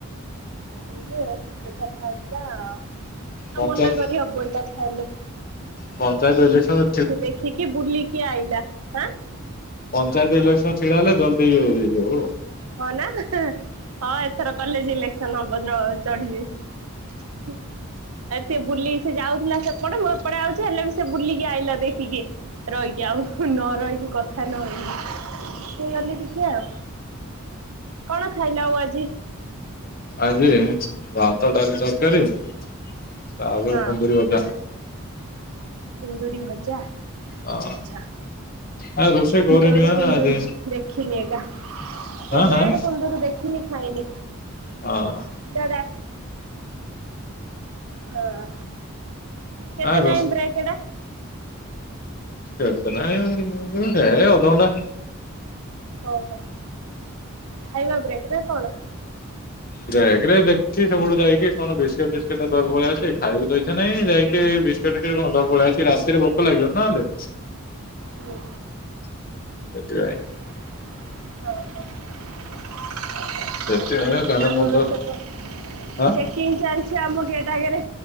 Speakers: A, on the right; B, on the left.
A: ହଁ ଯେ ସେ କଥା ହେଇଥିଲା ଆଉ
B: ପଞ୍ଚାୟତ
A: ମନା କରିହବ କଥା ହେଲେ।
B: ପଞ୍ଚାୟତ ଇଲେକ୍ସନ
A: ସେ ଦେଖିକି ବୁଲିକି ଆଇଲାଁ ଆଁ
B: ପଞ୍ଚାୟତ ଇଲେକ୍ସନ ଛିଡା ହେଲେ ଜଲଦି ଇଏ ହେଇଯିବ।
A: ହଁ ନା ହଁ ଏଥର କଲେଜ୍ ଇଲେକ୍ସନ୍ ହବ ର ଚଢିବି। ହୁଁ। ଏ ସିଏ ବୁଲି ସେ ଯାଉଥିଲା ସେପଟେ ମୁଁ ଏପଟେ ଆଉଚି ହେଲେ ବି ସେ ବୁଲିକି ଆଇଲା ଦେଖିକି। ରହିକି ଆଉ ନ ରହିକି କଥା ନେହେଇ ହେଇଗଲି ଟିକେ ଆଉ। କଣ ଖାଇଲ ଆଉ ଆଜି?
B: ଆଜି ଭାତ, ଡାଲି, ତରକାରୀ ତାପରେ
A: ହଁ
B: କୁନ୍ଦୁରୁ ଭଜା।
A: କୁନ୍ଦିରି ଭଜା।
B: ହଁ
A: ଆଛା
B: ଆଉ ରୋଷେଇ କରିନି
A: ମୁଁ କେବେଠୁ
B: ବା
A: କୁନ୍ଦୁରି
B: ଆଜି
A: ଦେଖିନି ଏକା। କେବେଠୁ
B: ଆଁ ଆଁ।
A: କୁନ୍ଦୁରି ଦେଖିନି ଖାଇନି।
B: ହଁ।
A: <unintelligible> ହଁ କେତେ
B: ଆ ରୋଷ
A: ଟାଇମ୍ ବ୍ରେକ୍ ଏଡା?
B: ବେଶି ନାହିଁ ହେ ଅଧଘଣ୍ଟା।
A: ଓହୋ ଖାଇବା ବ୍ରେକ୍ ନା କଣ?
B: ବ୍ରେକ୍ ରେ ଦେଖିକି ସେପଠୁ ଯାଇକି କଣ ବିସି ଫିସ୍କେଟ <unintelligible> ଖାଇବାକୁ ତ ଇଚ୍ଛା ନାଇଁ ଯାଇକି <unintelligible> ରାତିରେ ଭୋକ ଲାଗିବ ନହେଲେ।
A: ହୁଁ।
B: <unintelligible>
A: <inaudible>
B: ସେଥିପାଇଁ କାନ
A: ଆମର
B: ମୁଣ୍ଡ
A: ସେପଟ
B: ହଁ
A: ଚେକିଂ ଚାଲିଚି ଆମ ଗେଟ୍ ଆଗେରେ,